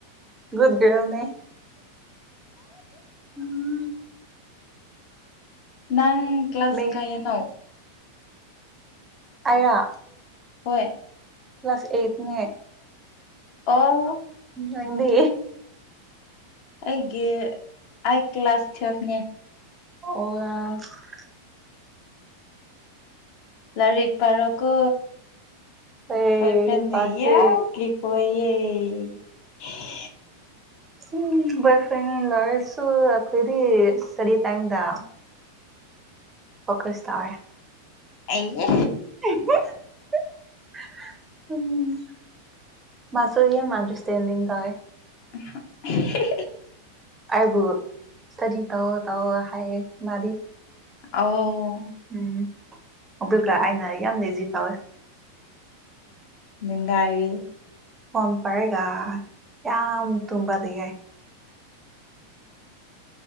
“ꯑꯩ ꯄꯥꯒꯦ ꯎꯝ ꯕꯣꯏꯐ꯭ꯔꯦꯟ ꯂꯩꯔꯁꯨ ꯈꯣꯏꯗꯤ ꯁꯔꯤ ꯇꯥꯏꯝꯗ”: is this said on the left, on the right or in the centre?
Right